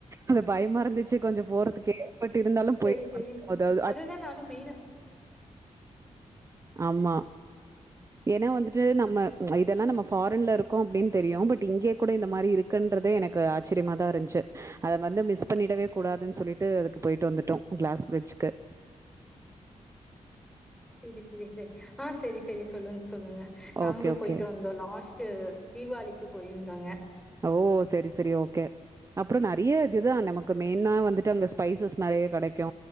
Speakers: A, on the right; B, in the centre.
A: அது பயமா இருந்துச்சு கொஞ்சோ போறதுக்கே பட் இருந்தாலும் போயிட்டு
B: சரி சரி
A: வந்து
B: அதுதான்
A: <inaudible>
B: நானும் மெயினா
A: ஆமா ஏனா வந்துட்டு நம்ம இதெல்லா நம்ம ஃபாரின்ல இருக்கோ அப்டின் தெரியு பட் இங்கேயே கூட இந்த மாரி இருக்குன்றதே எனக்கு ஆச்சரியமாதா இருஞ்சு அத வந்து மிஸ் பண்ணிடவே கூடாதுன் சொல்லிட்டு அதுக்கு போயிட்டு வந்துட்டோ கிளாஸ் பிரிட்ஜுக்கு
B: சேரி சேரி சே ஆ சேரி சேரி சொல்லுங் சொல்லுங்க நாங்களு
A: ஓகே, ஓகே.
B: போயிட்டு வந்தோ லாஸ் டு தீபாவளிக்கு போயிருந்தாங்க
A: ஓ சேரி சேரி ஓகே அப்புறோ நறையா இதுதா நமக்கு மெயினா வந்துட்டு அங்க ஸ்பைசஸ் நறையா கெடைக்கு